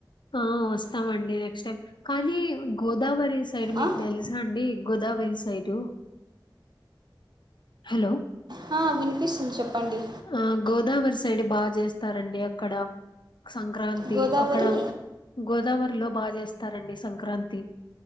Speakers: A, on the left; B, on the right.
A: ఆ వస్తామండి నెక్స్ట్ టైమ్ కానీ గోదావరి సైడ్ మీకు
B: ఆ?
A: తెలుసా అండి గోదావరి సైడ్ హలో
B: హా వినిపిస్తుంది చెప్పండి
A: ఆ గోదావరి సైడ్ బాగా చేస్తారండి అక్కడ సంక్రాంతి
B: గోదావరి
A: అక్కడ గోదావరి లో బాగా చేస్తారండి సంక్రాంతి